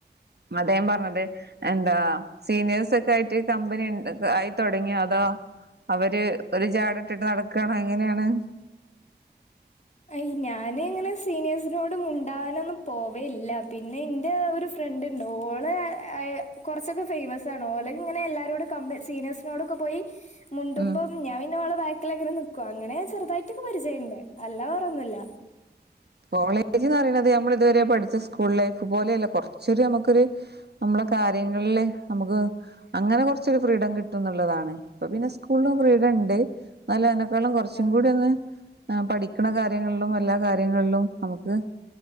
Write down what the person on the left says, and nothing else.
അ ഞാന് ഇങ്ങനെ സീനിയേഴസിനോട് മിണ്ടാനൊന്നും പോവേയില്ല പിന്നെ എന്റെ ഒരു ഫ്രണ്ട് ഒ ണ്ട് ഓള് കുറച്ചൊക്കെ ഫേയിമസ് ആണ് ഓള് ഇങ്ങനെ എല്ലാരോടും കമ്പ സീനിയേഴ്സിനോടൊക്കെ പോയി മുണ്ടുമ്പം
ഞാൻ ഇന്നവളെ വ അങ്ങനെ നിക്കുവാ അങ്ങനെ ചെറുതായിട്ടൊക്കെ പരിചയമുണ്ട് അല്ലാതെ വേറൊന്നുമില്ല
ആഹ്